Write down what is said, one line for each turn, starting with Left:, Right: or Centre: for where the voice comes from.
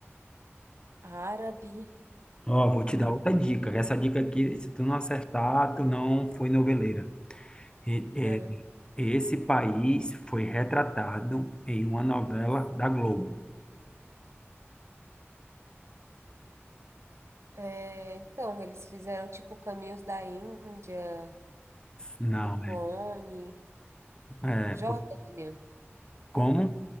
Right: árabe.
Left: Ó, vou te
Right: Hum,
Left: dar outra dica. Essa dica aqui, se tu não acertar, tu não foi noveleira. E- é,
Right: ah.
Left: esse país foi retratado em uma novela da Globo.
Right: É, então, eles fizeram tipo caminhos da Índia,
Left: Não,
Right: o clone,
Left: é,
Right: Jordânia,
Left: é, por- como?